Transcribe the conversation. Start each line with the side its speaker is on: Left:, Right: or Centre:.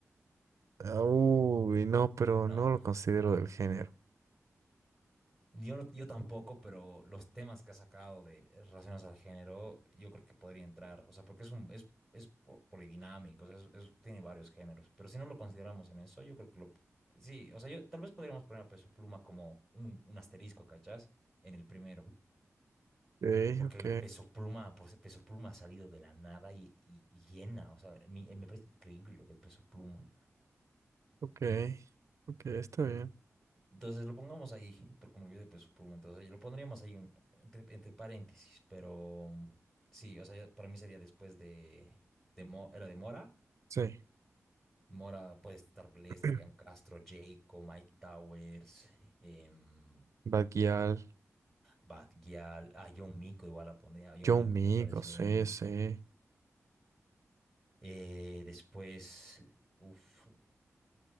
Right: ah, Uy, no, pero
Centre: No,
Right: no lo considero del género.
Centre: yo, no- yo tampoco, pero los temas que ha sacado de relacionados al género, yo creo que podría entrar. O sea, porque es un, es, es po- polodinámico, o sea, es- es- tiene varios géneros. Pero si no lo consideramos en eso, yo creo que lo. Sí, o sea, yo, tal vez podríamos poner a Peso Pluma como un, un asterisco, ¿cachás? En el primero.
Right: Ok,
Centre: Porque
Right: ok,
Centre: el Peso Pluma, pues Peso Pluma ha salido de la nada y, y- y llena. O sea, mi- me parece increíble lo de Peso Pluma.
Right: ok, ok, está bien.
Centre: Entonces lo pongamos ahí, porque me olvidé de peso por un momento. O sea, yo lo pondríamos ahí un- entre, entre paréntesis, pero sí, o sea, ya- para mí sería después de, de Mo- era de Mora.
Right: Sí.
Centre: Mora puede estar Blaze,
Right: <clears throat>
Centre: Ryan Castro, Jayco, Mike Towers, em,
Right: Baguial,
Centre: Bad Gyal, a John Minko igual la pondría. A John
Right: Yo
Centre: Minko
Right: Migo,
Centre: me parece.
Right: sí, sí.
Centre: Eh, después, uff,